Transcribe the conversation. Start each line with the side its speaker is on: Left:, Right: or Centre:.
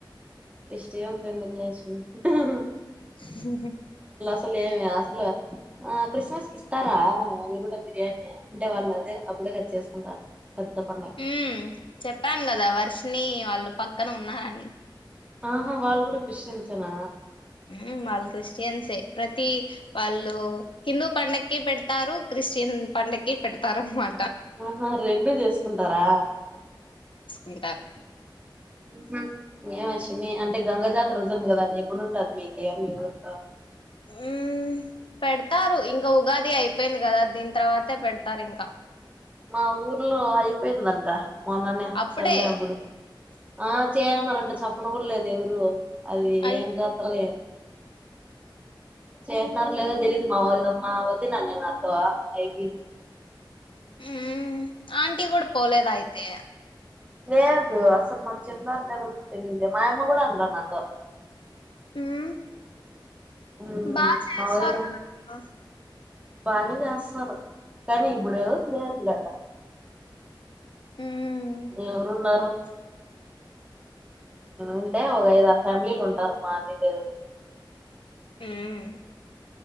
Right: క్రిష్టియన్స్ ఎందుకు లే చిన్న
Left: హ
Right: స్సల్ లేవేమీ అస్సలు ఆ క్రిస్మస్ కి ఇస్తారా వాళ్ళు కూడా బిర్యానీ అంటే వాళ్ళు అదే అప్పుడే కద చేసుకుంటారు పెద్ద పండగ
Left: మ్మ్ చెప్పాను కదా వర్షినీ వాళ్ళు పక్కన ఉన్నారని
Right: ఆహా వాళ్ళు కూడా క్రిష్టియన్స్ యేన
Left: మ్ వాళ్ళు క్రిస్టియన్సే ప్రతి వాళ్ళు హిందూ పండక్కి పెడతారు స్టియన్ పండక్కి పెడతార అన్నమా
Right: ఆహా రెండు జేసుకుంటారా
Left: ఉంటారు
Right: హు ఏమ చిన్ని అంటే గంగ జాతర ఉంటుంది కదా అది ఎప్పుడు ఉంటది మీకీ మీ ఊర్లో
Left: ఉమ్మ్ పెడతారు ఇంకా ఉగాది అయిపోయింది కదా దీని తర్వాతే పెడతారు ఇంకా
Right: ఆ ఊర్లో అయిపోయిందంట మొన్ననే
Left: అప్పుడే
Right: సండే అప్పుడు ఆ చేయ్ అన్నారంట చెప్పను గూడా లేదు ఎవరు అది
Left: అయి
Right: ఏం జాతర ఏం చేయిత్నారో లేదో తెలీదు మా వదిన మా వదిన అంది నాతో అయ్ కి
Left: ఉమ్ ఆంటీ కూడా పోలేదా అయితే
Right: లేదు అసలు మాకు చెప్పినారో లేదో కూడా తెలిదె మా అమ్మ గూడ అనలేదు నాతో
Left: మ్మ్
Right: ఉమ్
Left: బా చేస్తారు
Right: మా వదిన
Left: మా ఊర్లో
Right: బానే చేస్తారు కాని ఇప్పుడేదో తీర్లేడ
Left: ఉమ్
Right: ఎవరున్నారు ఉంటే ఒక ఐదు ఆరు ఫ్యామిలీలు ఉంటారు మాదిగో
Left: మ్మ్